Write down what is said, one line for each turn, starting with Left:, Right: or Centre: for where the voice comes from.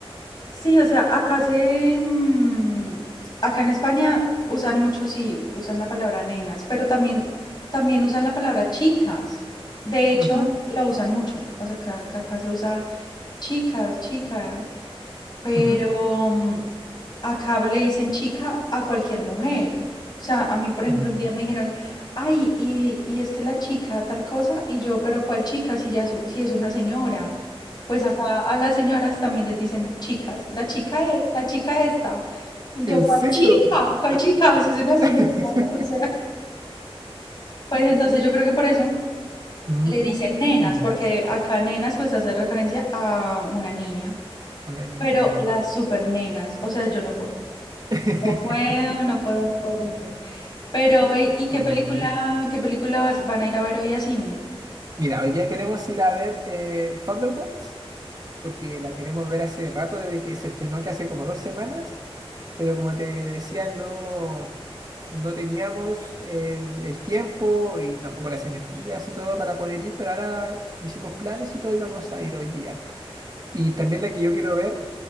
Left: sí, o sea, acá se, mm, acá en España usan mucho, sí, usan la palabra nenas, pero también, también usan la palabra chicas. De hecho,
Right: Ujú,
Left: la usan mucho. O sea, que acá, acá se usa chicas, chica. Pero
Right: ujú,
Left: mm, acá le dicen chica a cualquier mujer. O sea, a mí, por ejemplo,
Right: mm.
Left: un día me dijeron, ay, y, y es que la chica tal cosa, y yo, pero ¿cuál chica si ya es, u- si es una señora? Pues acá a las señoras también les dicen chicas, la chica e- la chica esta. Y yo,
Right: ¿En
Left: ¿cuál
Right: serio?
Left: chica? ¿Cuál chica? Si es una señora.
Right: <laughs>
Left: O sea, pues entonces yo creo que por eso
Right: Mm,
Left: le dicen nenas, porque acá nenas pues hace referencia a una niña.
Right: una niña,
Left: Pero
Right: claro.
Left: las super nenas, o sea, yo no puedo.
Right: <laughs>
Left: No puedo, no puedo, no puedo con eso. Pero, eh, ¿y qué
Right: Uy.
Left: película, qué película vas- van a ir a ver hoy a cine?
Right: Mira, hoy día queremos ir a ver eh, Thunderbolts, porque la queremos ver hace rato desde que se estrenó, que hace como dos semanas. pero como te decía, no, no teníamos el, el tiempo y tampoco las energías y todo para poder ir, pero ahora hicimos planes y todo y vamos a ir hoy día. Y también la que yo quiero ver